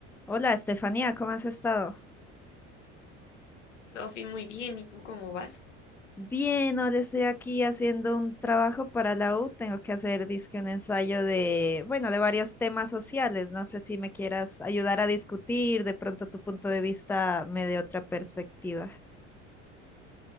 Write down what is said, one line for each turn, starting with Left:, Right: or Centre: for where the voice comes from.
Centre: Hola, Estefanía, ¿cómo has estado?
Left: Sofi, muy bien. ¿Y tú cómo vas?
Centre: Bien, ahora estoy aquí haciendo un trabajo para la U. Tengo que hacer, dizque, un ensayo de, bueno, de varios temas sociales. No sé si me quieras ayudar a discutir, de pronto tu punto de vista me dé otra perspectiva.